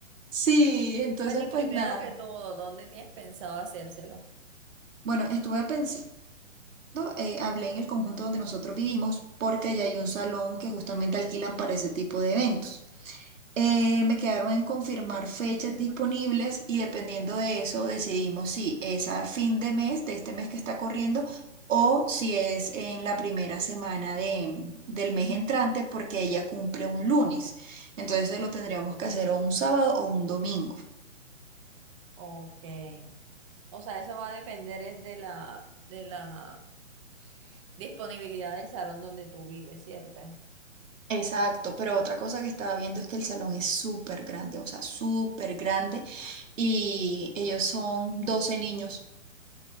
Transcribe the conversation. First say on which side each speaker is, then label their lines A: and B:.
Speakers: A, on the right (about 75°); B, on the right (about 25°).
A: Sí, entonces
B: Bueno, y primero
A: pues nada.
B: que todo, ¿dónde tienes pensado hacérselo?
A: Bueno, estuve pensando, eh, hablé en el conjunto donde nosotros vivimos porque allá hay un salón que justamente alquilan para ese tipo de eventos. Eh, me quedaron en confirmar fechas disponibles y dependiendo de eso decidimos si es a fin de mes, de este mes que está corriendo, o si es en la primera semana de, del mes entrante porque ella cumple un lunes. Entonces lo tendríamos que hacer o un sábado o un domingo.
B: Ok. O sea, eso va a depender es de la, de la disponibilidad del salón donde tú vives, ¿cierto?
A: Exacto, pero otra cosa que estaba viendo es que el salón es súper grande, o sea, súper grande y ellos son 12 niños.